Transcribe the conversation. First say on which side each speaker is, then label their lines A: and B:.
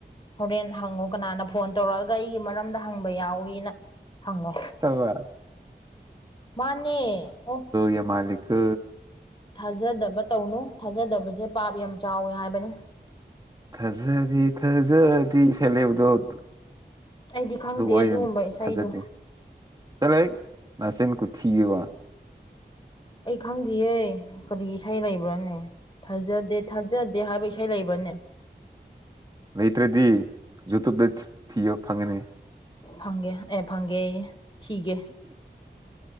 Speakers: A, on the left (about 25°); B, on the right (about 20°).
A: ꯍꯣꯔꯦꯟ ꯍꯪꯉꯨ ꯀꯅꯥꯅ ꯐꯣꯟ ꯇꯧꯔꯛꯑꯒ ꯑꯩꯒꯤ ꯃꯔꯝꯗ ꯍꯪꯕ ꯌꯥꯎꯋꯤꯅ ꯍꯪꯉꯣ
B: ꯍꯋꯥ
A: ꯃꯥꯅꯦ ꯑꯣ
B: ꯌꯥꯝ ꯃꯥꯜꯂꯤꯀꯣ
A: ꯊꯥꯖꯗꯕ ꯇꯧꯅꯨ ꯊꯥꯖꯗꯕꯁꯦ ꯄꯥꯞ ꯌꯥꯝ ꯆꯥꯎꯋꯦ ꯍꯥꯏꯕꯅꯤ
B: ꯊꯖꯗꯤ ꯊꯖꯗꯤ ꯁꯦꯂꯕꯗꯣ ꯑꯗꯨ
A: ꯑꯩꯗꯤ ꯈꯪꯗꯦ ꯑꯗꯨꯒꯨꯝꯕ ꯏꯁꯩꯗꯣ
B: ꯊꯥꯖꯗꯦ ꯆ ꯅꯁꯦꯟ ꯈꯨꯊꯣ
A: ꯑꯩ ꯈꯪꯗꯌꯦꯦ ꯀꯔꯤ ꯏꯁꯩ ꯂꯩꯕ꯭ꯔꯥꯅꯦ ꯊꯥꯖꯗꯦ ꯊꯥꯖꯗꯦ ꯍꯥꯏꯕ ꯏꯁꯩ ꯂꯩꯕ꯭ꯔꯥ ꯀ
B: ꯂꯩꯇ꯭ꯔꯗꯤ ꯌꯨꯇꯕꯇ ꯊꯤꯌꯣ ꯐꯪꯒꯅꯤ
A: ꯐꯪꯒꯦ ꯑꯦ ꯐꯪꯒꯦ ꯑꯩ ꯊꯤꯀ